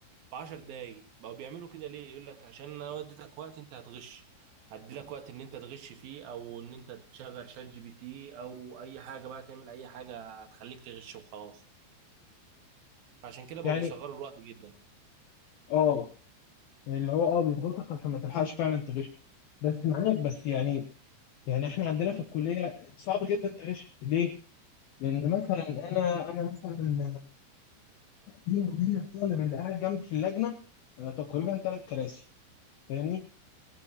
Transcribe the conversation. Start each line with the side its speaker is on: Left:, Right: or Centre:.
Right: في 10 دقايق بقوا بيعملوا كده ليه يقول لك عشان انا وديتك وقت انت هتغش هدي لك وقت ان انت تغش فيه او ان انت تشغل شات جي بي تي او اي حاجة بقى تعمل اي حاجة هتخليك تغش وخلاص فعشان كده بقوا
Left: يعني
Right: بيصغروا الوقت جدا
Left: اه يعني اللي هو اه بيضغطك عشان ما تلحقش فعلا تغش بس معاك بس يعني يعني احنا عندنا في الكليه صعب جدا تغش ليه؟ لان مثلا انا انا مثلا بيني وبين الطالب اللي قاعد جنبي في اللجنه آه، تقريبا ثلاث كراسي فاهمني؟